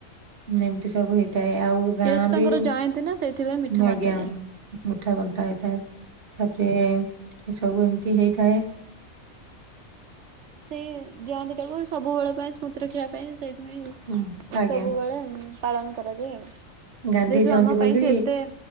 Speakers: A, on the right; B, on the right.
A: ଏମିତି ସବୁ ହେଇଥାଏ ଆଉ ଗାଁ
B: ଯେହେତୁ ତାଙ୍କର
A: ବି
B: ଜୟନ୍ତୀ ନା ସେଇଥିପାଇଁ ମିଠା ବଣ୍ଟାଯାଏ।
A: ଆଜ୍ଞା ମିଠା ବଣ୍ଟା ହେଇଥାଏ। ତାପରେ ଏ ସବୁ ଏମିତି ହେଇଥାଏ।
B: ସେଇ ଜୟନ୍ତୀ ଟାକୁ ସବୁବେଳ ପାଇଁ ସ୍ମୃ ତି ରଖିବା ପାଇଁ ସେଇଥିପାଇଁ
A: ହୁଁ, ଆଜ୍ଞା
B: ସବୁବେଳେ ପାଳନ କରାଯାଏ ଆଉ।
A: ଗାନ୍ଧୀ
B: ଯେହେତୁ
A: ଜଅନ୍ତି
B: ଆମ
A: ବୋଲି
B: ପାଇଁ ସେ ଏତେ